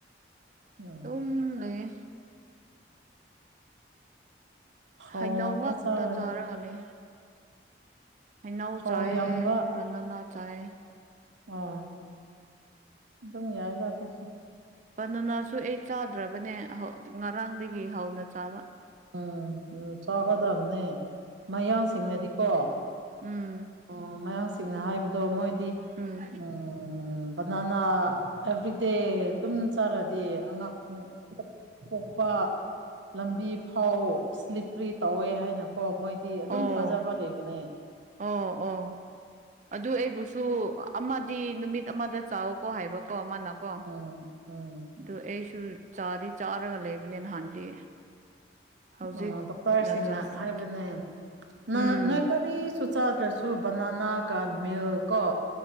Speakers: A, on the right; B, on the right.
A: ꯎꯝ
B: ꯇꯨꯝ ꯂꯩꯌꯦ
A: ꯊꯥꯎ
B: ꯍꯩꯅꯧ ꯉꯥꯛꯇ
A: ꯆꯥꯔꯗꯤ
B: ꯆꯥꯔꯒꯅꯤ ꯍꯩꯅꯧ
A: ꯊꯥꯎ
B: ꯆꯥꯌꯦ
A: ꯌꯥꯝꯕ
B: ꯕꯅꯥꯅ ꯆꯥꯌꯦ
A: ꯑꯣ ꯑꯗꯨꯝ ꯌꯥꯏꯗ ꯑꯗꯨꯁꯨ
B: ꯐꯅꯅꯁꯨ ꯑꯩ ꯆꯥꯗ꯭ꯔꯕꯅꯦ ꯍꯧꯉꯔꯥꯡꯗꯒꯤ ꯍꯧꯅ ꯆꯥꯕ
A: ꯎꯝ ꯎꯝ ꯆꯥꯒꯗꯕꯅꯦ ꯃꯌꯥꯡꯁꯤꯡꯅꯗꯤꯀꯣ
B: ꯎꯝ
A: ꯑꯣ ꯃꯌꯥꯡꯁꯤꯡꯅ ꯍꯥꯏꯕꯗꯣ ꯃꯣꯏꯗꯤ
B: ꯎꯝ
A: ꯎꯝ ꯑꯣ ꯕꯅꯥꯅꯥ ꯑꯦꯕ꯭ꯔꯤꯗꯦ ꯑꯗꯨꯝ ꯆꯥꯔꯗꯤ ꯑꯉꯥꯡ ꯎꯝ <unintelligible> ꯂꯝꯕꯤ ꯐꯥꯎ ꯁ꯭ꯂꯤꯄ꯭ꯔꯤ ꯇꯧꯋꯦ ꯍꯥꯏꯅꯀꯣ ꯃꯣꯏꯗꯤ ꯑꯗꯨꯝ
B: ꯑꯣ
A: ꯊꯥꯖꯕ ꯂꯩꯕꯅꯦ
B: ꯑꯣ ꯑꯣ ꯑꯗꯨ ꯑꯩꯕꯨꯁꯨ ꯑꯃꯗꯤ ꯅꯨꯃꯤꯠ ꯑꯃꯗ ꯆꯥꯎꯀꯣ ꯍꯥꯏꯕꯀꯣ ꯃꯅ ꯀꯣ
A: ꯎꯝ ꯎꯝ
B: ꯑꯗꯨ ꯑꯩꯁꯨ ꯆꯥꯗꯤ ꯆꯥꯔꯒ ꯂꯩꯕꯅꯦ ꯅꯍꯥꯟꯗꯤ ꯍꯧꯖꯤꯛ
A: ꯑ‌ ꯗꯣꯛꯇꯔꯁꯤꯡꯅ
B: ꯅ ꯆꯥꯗ꯭ꯔꯦ
A: ꯍꯥꯏꯕꯅꯦ ꯅꯣꯏ
B: ꯎꯝ
A: ꯅꯣꯏ ꯀꯔꯤꯁꯨ ꯆꯥꯗ꯭ꯔꯁꯨ ꯕꯅꯅꯥ ꯀ ꯃꯤꯜꯀꯣ